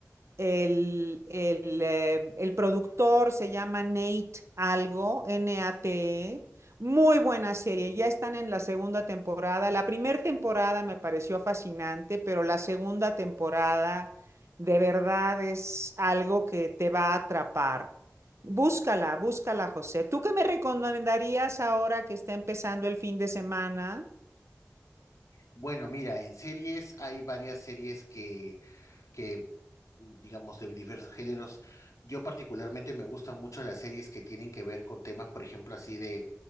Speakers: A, on the right; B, on the left.
A: El, el, eh, el productor se llama Nate Algo, N-A-T-E. Muy buena serie, ya están en la segunda temporada. La primera temporada me pareció fascinante, pero la segunda temporada de verdad es algo que te va a atrapar. Búscala, búscala, José. ¿Tú qué me recomendarías ahora que está empezando el fin de semana?
B: Bueno, mira, en series hay varias series que, que, digamos, de diversos géneros. Yo particularmente me gustan mucho las series que tienen que ver con temas, por ejemplo, así de,